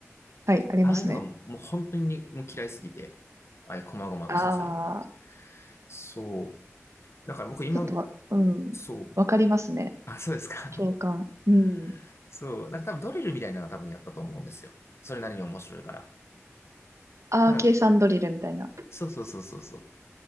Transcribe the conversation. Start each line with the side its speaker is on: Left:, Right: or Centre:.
Right: はい、ありますね。
Left: ああいうのがもう本当にもう嫌いすぎて、ああいう細々とした作業は。
Right: ああ、
Left: そう。だから僕今、
Right: ちょっとわ、うん。
Left: そう。
Right: わかりますね。
Left: あ、そうですか。
Right: 共感。うん。
Left: <laughs> そう。なんか多分ドリルみたいなのは多分やったと思うんですよ。それなりに面白いから。
Right: ああ、
Left: ただ、
Right: 計算ドリルみたいな。
Left: そうそうそうそうそう。